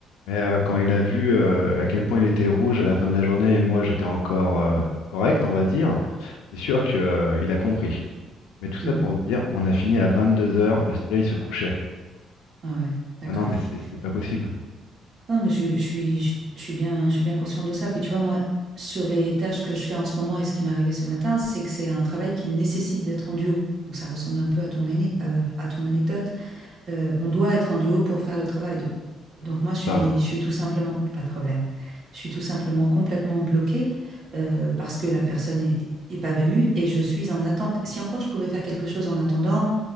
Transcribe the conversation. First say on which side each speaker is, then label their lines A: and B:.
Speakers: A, on the left (about 85°); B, on the right (about 55°).
A: mais euh, quand il a vu euh, à quel point il était rouge à la fin de la journée et moi j'étais encore euh, correct, on va dire, c'est sûr qu'il a compris. Mais tout ça
B: Mm.
A: pour te dire, on a fini à 22 heures, le soleil se couchait.
B: Ah ouais, d'accord.
A: Ah non, mais c'est c'est pas possible.
B: Non, mais je, je suis, je, je suis bien, je suis bien consciente de ça. Puis tu vois, moi, sur les tâches que je fais en ce moment et ce qui m'est arrivé ce matin, c'est que c'est un travail qui nécessite d'être en duo. Donc ça ressemble un peu à ton, ané- euh, à ton anecdote. euh, on doit être en duo pour faire le travail. Do- Donc moi, je suis,
A: Pardon.
B: je suis tout simplement, pas de problème, je suis tout simplement complètement bloquée euh, parce que la personne est, est pas venue et je suis en attente. Si encore je pouvais faire quelque chose en attendant,